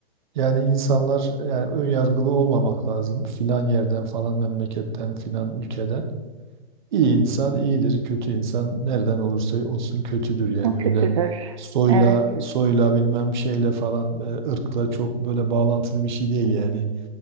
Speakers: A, on the right; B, on the right.
A: Yani insanlar yani ön yargılı olmamak lazım. Filan yerden falan memleketten filan ülkeden. İyi insan iyidir, kötü insan nereden olursa olsun kötüdür yani
B: Yani Kötüdür.
A: öyle soyla
B: Evet,
A: soyla bilmem şeyle falan e, ırkla çok böyle bağlantılı bir şey değil yani.